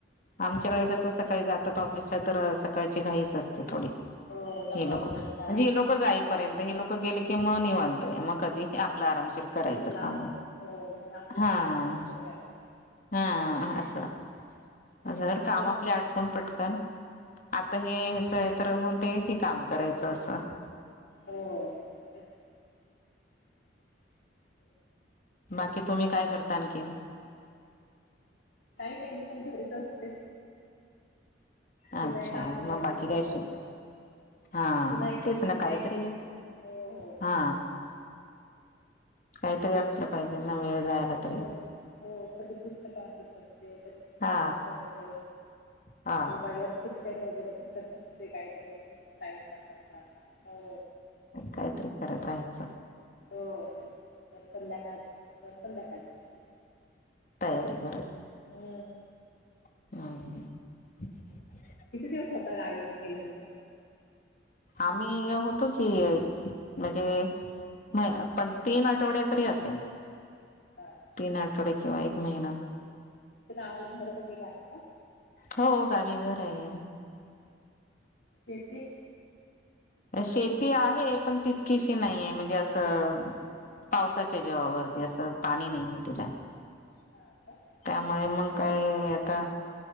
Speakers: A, on the left (about 60°); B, on the left (about 45°).
A: हां,
B: आमच्याकडे
A: स्वयंपाक
B: कसं सकाळी जातात ऑफिसात. तर सकाळची घाईच असते थोडी.
A: हो डब्बा
B: हे लोकं
A: वगैरे
B: म्हणजे
A: करायला
B: हे लोकं जाईपर्यंत. म हे लोकं गेले की म निवांत ए. मग कधी आप आपलं आरामशीर करायचं
A: आपला
B: काम.
A: आपण हो मग आपला
B: हा...
A: आपला आरामशीर करायचं
B: हा.. हा असं.
A: हो
B: असं
A: तसच
B: कामं
A: असतं
B: आपले आटपुण पटकन आता हे ह्याचं
A: हम्म
B: ए तर ते म ते हे काम करायचं असं.
A: हो तेच ना <inaudible>
B: बाकी तुम्ही काय करता आणखीन?
A: काही नाही. मी पण घरीच असते. सिलाई
B: अच्छा
A: काम वगरे
B: मग बाकी
A: करते
B: काय शि
A: थोडं.
B: हा
A: शिलाई
B: तेच
A: शिलाई
B: ना काहीतरी
A: क? हो. हो.
B: हा काहीतरी असलं पाहिजेल ना वेळ जायला तरी
A: हो. हो. कधी पुस्तकं वाचत बसते, कधी शिलाई
B: हा
A: काम करते.
B: हा
A: मोबाईल वर पिक्चर वगरे बघत बसते काहीतरी. टाइमपास आपला, हो..
B: काहीतरी करत राहायचं
A: हो तेच ना. परत संध्याकाळ परत संध्याकाळची तयारी
B: तयारी करत
A: हम.
B: <unintelligible>
A: किती दिवस होता गावी म गेल्यानंतर?
B: आम्ही होतो की म्हजे नाही. पण तीन आठवडे तरी असेल.
A: हा
B: तीन आठवडे किंवा एक महिना
A: मचं गावाला घर वगरे आहे का?
B: हो.. गावी घर आहे.
A: शेती?
B: शेती आहे, पण तितकीशी नाहीये म्हणजे असं पावसाच्या जीवावरती, असं पाणी नाहीये तिला.
A: हा का हं,
B: त्यामुळे
A: हं.
B: मंग काय आता